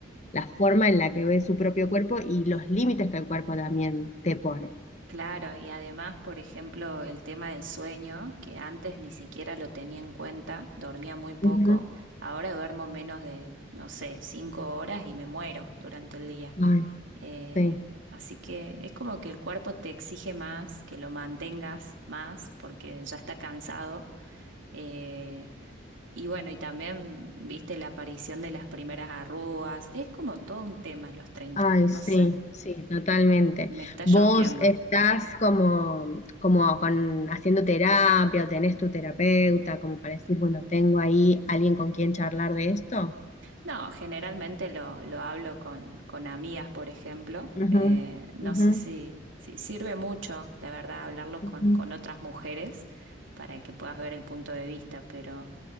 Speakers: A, on the left; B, on the right.
A: la forma en la que ve su propio cuerpo y los límites que el cuerpo también te pone.
B: Claro, y además, por ejemplo, el tema del sueño, que antes ni siquiera lo tenía en cuenta, dormía muy poco,
A: Ujú.
B: ahora duermo menos de, no sé, cinco horas y me muero durante el día.
A: Ay,
B: Eh,
A: sí.
B: así que es como que el cuerpo te exige más, que lo mantengas más, porque ya está cansado. Eh, y bueno, y también viste la aparición de las primeras arrugas. Es como todo un tema en los treinta
A: Ay,
B: no
A: sí,
B: sé,
A: sí, totalmente.
B: me está choqueando.
A: ¿Vos estás como, como con, haciendo terapia o tenés tu terapeuta como para decir, bueno, tengo ahí alguien con quien charlar de esto?
B: No, generalmente lo, lo hablo con, con amigas, por ejemplo.
A: Ujú,
B: Eh, no
A: ujú,
B: sé si, si sirve mucho, la verdad, hablarlo
A: ujú.
B: con, con otras mujeres para que puedas ver el punto de vista, pero